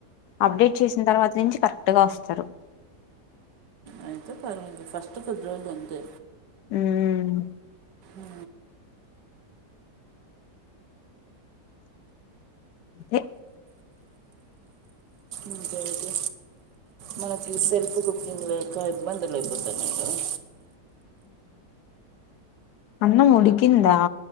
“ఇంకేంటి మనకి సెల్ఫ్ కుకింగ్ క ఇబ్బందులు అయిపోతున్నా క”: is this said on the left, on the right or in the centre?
Right